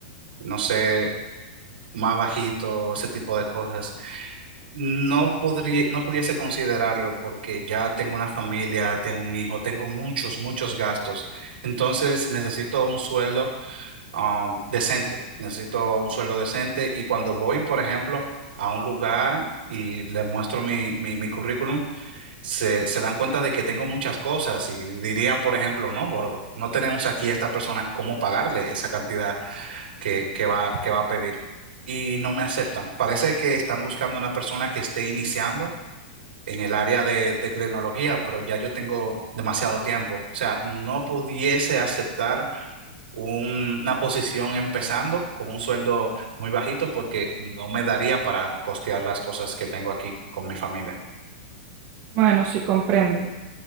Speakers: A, on the right; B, on the right.
A: no sé, más bajito, ese tipo de cosas, no podría, no pudiese considerarlo porque ya tengo una familia, tengo un hijo, tengo muchos, muchos gastos. Entonces necesito un sueldo. um, decente, necesito un sueldo decente y cuando voy, por ejemplo, a un lugar y le muestro mi, mi, mi currículum, se, se dan cuenta de que tengo muchas cosas y dirían, por ejemplo, no, Borgo, no tenemos aquí a esta persona cómo pagarle esa cantidad que, que va, que va a pedir y no me aceptan. Parece que están buscando una persona que esté iniciando. en el área de, de tecnología, pero ya yo tengo demasiado tiempo. O sea, no pudiese aceptar un- una posición empezando con un sueldo muy bajito porque no me daría para costear las cosas que tengo aquí con mi familia.
B: Bueno, sí, comprendo.